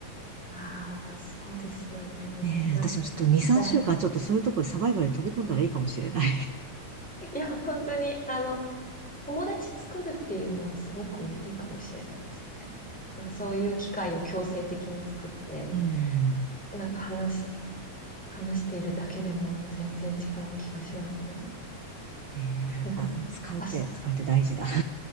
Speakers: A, in the centre; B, on the right.
A: ああそうですよね。
B: ねえ、
A: ない
B: 私もちょっと2、3週間ちょっとそういうところにサバイバルに飛び込んだらいいかもしれない。
A: や、いや、本当に、あの、友達作るっていうのはすごくいいかもしれないですね。なんかそういう機会を強制的に作って、
B: <laughs> うん。
A: なんか話し、話しているだけでも全然違う気がしますね。
B: ねえ、
A: <laughs>
B: やっぱ使うって、
A: あ、す、
B: 使うって大事だ。<laughs>